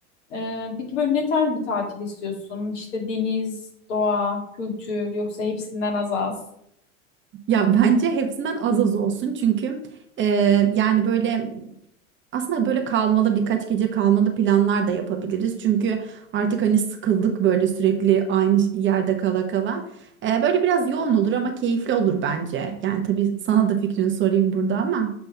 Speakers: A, on the left; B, on the right.
A: Ee, peki böyle ne tarz bir tatil istiyorsun? İşte deniz, doğa, kültür yoksa hepsinden az az?
B: Ya bence hepsinden az az olsun çünkü e, yani böyle aslında böyle kalmalı birkaç gece kalmalı planlar da yapabiliriz. Çünkü artık hani sıkıldık böyle sürekli aynı ş- yerde kala kala. E, böyle biraz yoğun olur ama keyifli olur bence. Yani tabii sana da fikrini sorayım burada ama.